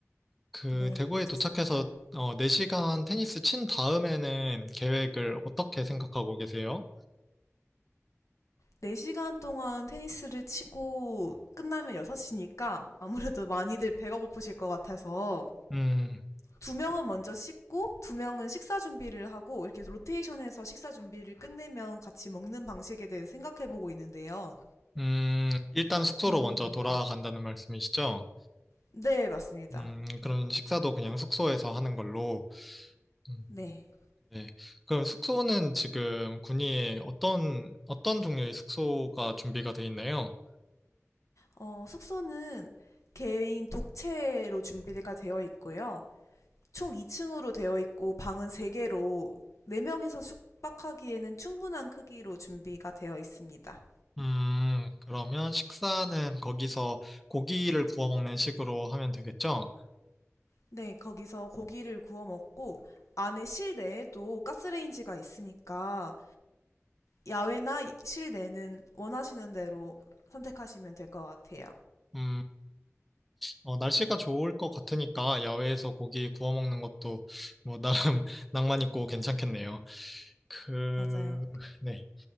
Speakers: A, in the centre; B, on the left.
A: 그,
B: 네,
A: 대구에
B: 좋습니다.
A: 도착해서, 어, 4시간 테니스 친 다음에는 계획을 어떻게 생각하고 계세요?
B: 4시간 동안 테니스를 치고 끝나면 6시니까 아무래도 많이들 배가 고프실 것 같아서
A: 음.
B: 두 명은 먼저 씻고 두 명은 식사 준비를 하고 이렇게 로테이션해서 식사 준비를 끝내면 같이 먹는 방식에 대해 생각해 보고 있는데요.
A: 음, 일단 숙소로
B: 음,
A: 먼저 돌아간다는 말씀이시죠?
B: 네, 맞습니다.
A: 음, 그럼 식사도 그냥 숙소에서 하는 걸로. 음,
B: 네.
A: 네. 그럼 숙소는 지금 군위에 어떤, 어떤 종류의 숙소가 준비가 돼 있나요?
B: 어, 숙소는 개인 독채로 준비가 되어 있고요. 총 2층으로 되어 있고 방은 3개로 4명이서 숙박하기에는 충분한 크기로 준비가 되어 있습니다.
A: 음, 그러면 식사는 거기서 고기를 구워 먹는 식으로 하면 되겠죠?
B: 네, 거기서 고기를 구워 먹고 안에 실내에도 가스레인지가 있으니까 야외나 실내는 원하시는 대로 선택하시면 될 것 같아요.
A: 음, 어, 날씨가 좋을 것 같으니까 야외에서 고기 구워 먹는 것도 뭐 나름 <laughs> 낭만 있고 괜찮겠네요. 그,
B: 맞아요.
A: 네.